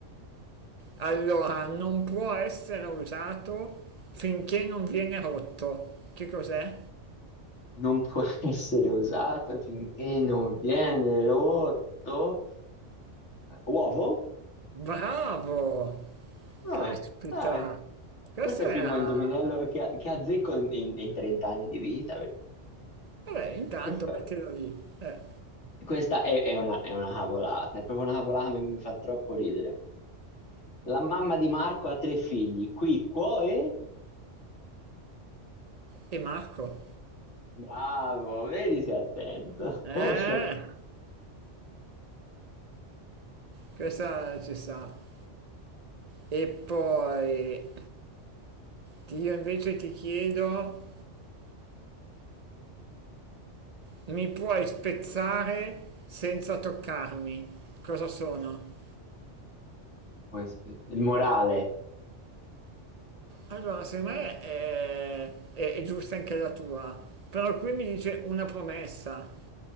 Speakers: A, on the right; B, on the left.
A: Allora, non può essere usato finché non viene rotto. Che cos'è?
B: Non può <laughs> essere usato finché non viene rotto. Uovo?
A: Bravo!
B: Dai,
A: Caspita!
B: dai.
A: Questo
B: Forse è
A: era...
B: il primo indovinello che, che azzecco in, in- in 30 anni di vita, perché
A: Vabbè, intanto
B: perfetto.
A: mettilo lì. Eh,
B: Questa è, è una, è una cavolata, è proprio una cavolata che mi fa troppo ridere. La mamma di Marco ha tre figli, qui, qua e...
A: e Marco?
B: Bravo, vedi sei attento.
A: Eh,
B: <laughs> Molto attento.
A: questa ci sta. E poi ti- io invece ti chiedo, mi puoi spezzare senza toccarmi? Cosa sono?
B: Poi, aspetta, Il morale.
A: Allora, secondo me è, è- è giusta anche la tua, però qui mi dice una promessa,